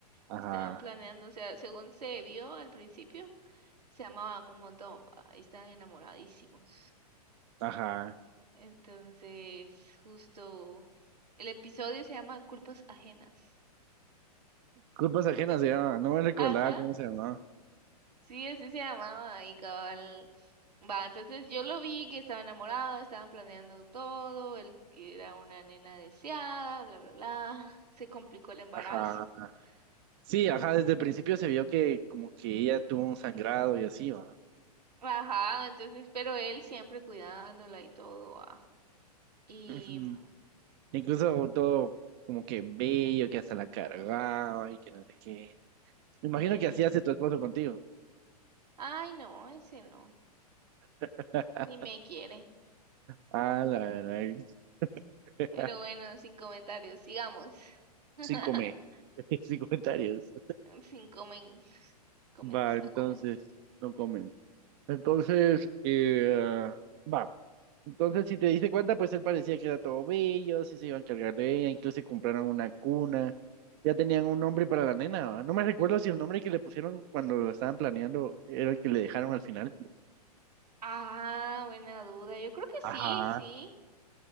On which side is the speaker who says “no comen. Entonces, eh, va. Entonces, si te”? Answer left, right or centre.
Right